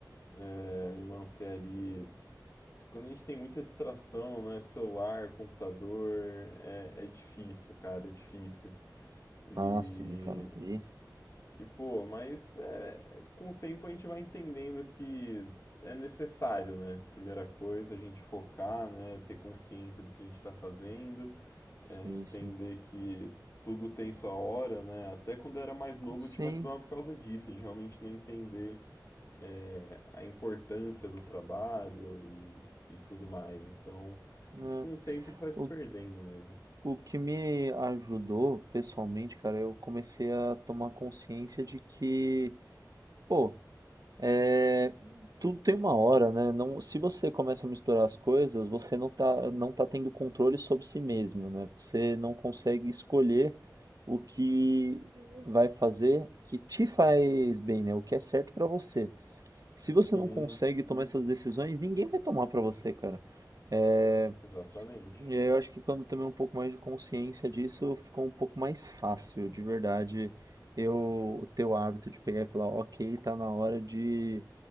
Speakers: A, on the left; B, on the right.
A: é, me manter ali. Quando a gente tem muita distração, né? Celular, computador, é, é difícil, cara, é difícil. E,
B: Ah, sim, cara. E
A: e pô, mas é, com o tempo a gente vai entendendo que é necessário, né? Primeira coisa, a gente focar, né? Ter consciência do que a gente está fazendo. É,
B: sim,
A: entender
B: sim.
A: que tudo tem sua hora, né? Até quando eu era mais novo
B: Sim,
A: eu tinha mais problema por causa disso, de realmente não entender é, a importância do trabalho e, e tudo mais. Então,
B: né?
A: acho que com o tempo isso vai se
B: O,
A: perdendo mesmo.
B: o que me ajudou pessoalmente, cara, eu comecei a tomar consciência de que, pô, é, tudo tem uma hora, né? Não, se você começa a misturar as coisas, você não tá, não tá tendo controle sobre si mesmo, né? Você não consegue escolher o que vai fazer que te faz bem, né? O que é certo pra você. Se você
A: Sim,
B: não consegue tomar essas decisões, ninguém vai tomar pra você, cara. É,
A: exatamente.
B: e aí eu acho que quando eu tomei um pouco mais de consciência disso, ficou um pouco mais fácil, de verdade, eu ter o hábito de pegar e falar, ok, tá na hora de,